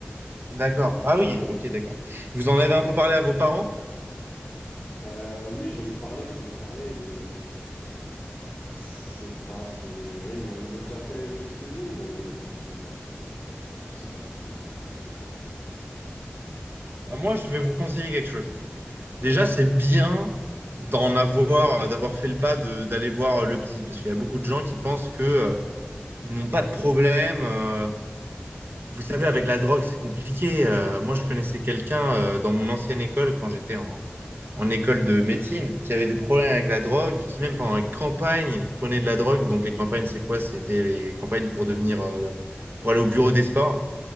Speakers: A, on the right; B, on the left.
A: D'accord.
B: C'est
A: Ah
B: sûr.
A: oui, ok, d'accord. Vous en avez un peu parlé à vos parents?
B: Euh, oui, j'en ai parlé, j'en ai parlé, mais c'est pas, c'est, ouais, ils m'ont, ils m'ont dit un peu les mêmes choses que vous, mais je, je sais pas, c'est, c'est compliqué.
A: Bah, moi, je vais vous conseiller quelque chose. Déjà,
B: D'accord.
A: c'est bien d'en avoir, euh, d'avoir fait le pas de- d'aller voir euh, le psy, parce qu'il y a beaucoup de gens qui pensent que, euh, ils n'ont pas de problème. euh, vous savez, avec la drogue, c'est compliqué. Euh, moi, je connaissais quelqu'un euh, dans mon ancienne école quand j'étais en, en école de médecine, qui avaient des problèmes avec la drogue, qui même pendant les campagnes prenaient de la drogue. Donc les campagnes, c'est quoi? C'était les campagnes pour devenir, euh, pour aller au bureau des sports.